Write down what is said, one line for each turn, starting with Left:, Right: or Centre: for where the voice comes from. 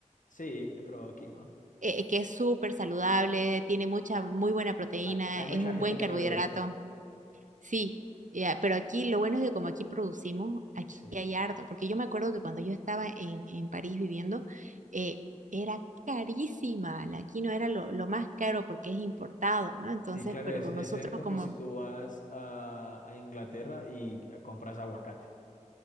Left: Sí, he probado quinoa.
Right: eh, eh, que es súper saludable, tiene mucha, muy buena proteína,
Left: Hay, hay mucha
Right: es un
Left: gente
Right: buen
Left: que
Right: carbohidrato.
Left: no le gusta.
Right: Sí, ya, pero aquí lo bueno es que como aquí producimos, aquí
Left: Sí.
Right: hay harto, porque yo me acuerdo que cuando yo estaba en, en París viviendo, eh, era carísima, la quinoa era lo, lo más caro porque es importado, ¿no? Entonces,
Left: Sí, claro,
Right: pero
Left: es-
Right: nosotros
Left: eso es como
Right: como
Left: si tú vas a, a Inglaterra y compras aguacate.